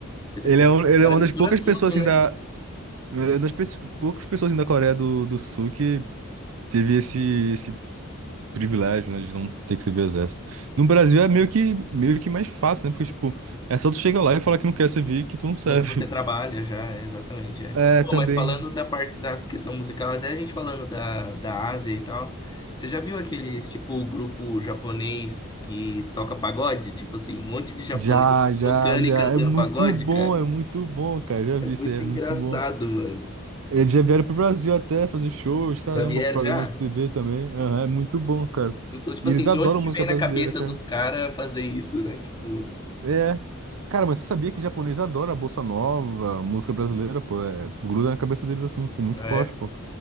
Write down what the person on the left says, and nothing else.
interessante.
Os
caras
misturam
tudo,
né?
Ou que você trabalha
já, é, exatamente. É.
Pô,
mas falando da parte da questão musical, até a gente falando da, da Ásia e tal, você já viu aqueles, tipo, grupo japonês que toca pagode? Tipo assim, um monte de japonês
tocando
e cantando
pagode,
cara.
É
muito
engraçado,
mano.
Já vieram
já?
Então, tipo
assim,
de onde que
vem
na cabeça
dos caras fazer isso, né? Tipo,
ah,
é?